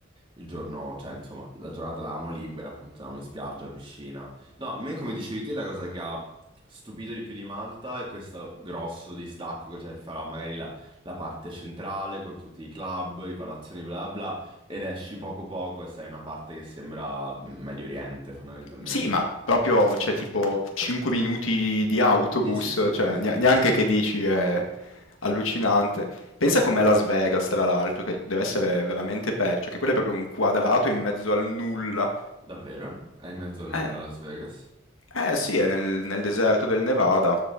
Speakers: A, on the right; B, on the left.
A: il giorno, cioè insomma, la giornata l'avevamo libera, appunto, andavamo in spiaggia, piscina. No, a me come dicevi te la cosa che ha stupito di più di Malta è questo grosso distacco che c'è fra magari la, la parte centrale con tutti i club, i palazzoni, bla bla, ed esci poco poco e sei in una parte che sembra mm, Medio Oriente fondamentalmente.
B: Sì, ma proprio cioè tipo 5 minuti di autobus,
A: Sì, sì, sì,
B: cioè
A: sì, sì.
B: nea neanche che dici è allucinante. Pensa com'è Las Vegas tra l'altro, che dev'essere veramente peggio, che quello è proprio un quadrato in mezzo al nulla.
A: Davvero? È in mezzo a nulla
B: Eh,
A: Las Vegas?
B: eh sì, è nel, nel deserto del Nevada.